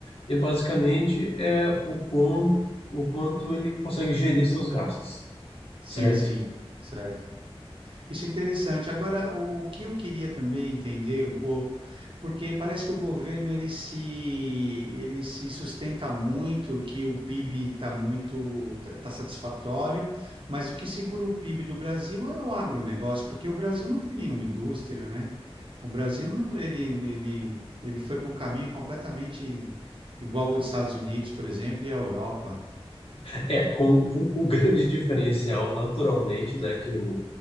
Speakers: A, on the left (about 65°); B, on the right (about 55°).
A: E basicamente é o quão, o quanto ele consegue gerir os seus gastos,
B: Sim,
A: certo?
B: sim, certo. Isso é interessante. Agora, o que eu queria também entender um pouco, porque parece que o governo ele se ele se sustenta muito que o PIB está muito tá, tá satisfatório, mas o que segura o PIB do Brasil é o agronegócio, porque o Brasil não tem nenhuma indústria, né? O Brasil não- ele ele ele foi para um caminho completamente igual ao dos Estados Unidos, por exemplo, e à Europa.
A: É, com, com o <laughs> grande diferencial, naturalmente, né, que o,